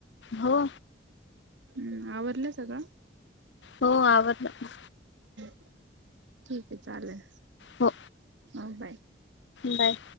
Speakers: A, on the left; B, on the right.
A: हो.
B: हम्म, आवरलं सगळं?
A: हो, आवरलं.
B: ठीक आहे, चालेल.
A: हो.
B: ह, बाय.
A: बाय.